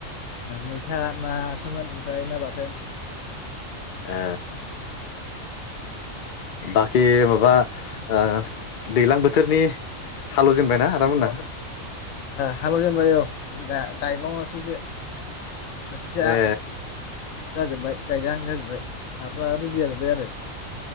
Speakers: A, on the left; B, on the left.
A: मैथा नासोमोन ओमफ्राय ना बाथोन।
B: ए बाखि माबा ओ दैज्लां बोथोरनि हालौजेनबायना आदामोनना
A: ओ हालौजेनबाय औ गा गायबावनोसैसो गोजा
B: ए
A: जाजोबाय गायजा हां जाजोबाय हाफोरा रिदि जाजोब्बाय आरो